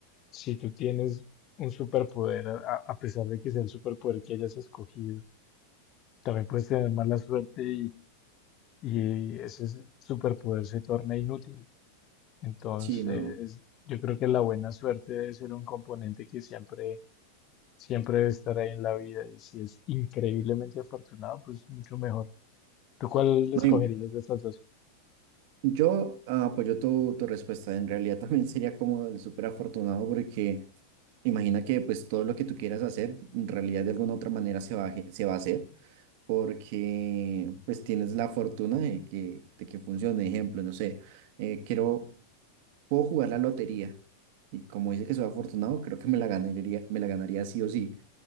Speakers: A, on the left; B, on the right.
A: Si tú tienes un superpoder, a, a pesar de que sea el superpoder que hayas escogido, también puedes tener mala suerte y, y ese superpoder se torna inútil. Entonces,
B: Sí, no.
A: yo creo que la buena suerte debe ser un componente que siempre, siempre debe estar ahí en la vida. Y si es increíblemente afortunado, pues mucho mejor. ¿Tú cuál escogerías
B: No, y-
A: de estas dos?
B: Yo ah, apoyo tu, tu respuesta. En realidad también sería como el súper afortunado porque imagina que pues todo lo que tú quieras hacer en realidad de alguna otra manera se va a, ge- se va a hacer porque pues tienes la fortuna de que, de que funcione. Ejemplo, no sé, eh, quiero, puedo jugar la lotería y como dice que soy afortunado, creo que me la ganaría, me la ganaría sí o sí.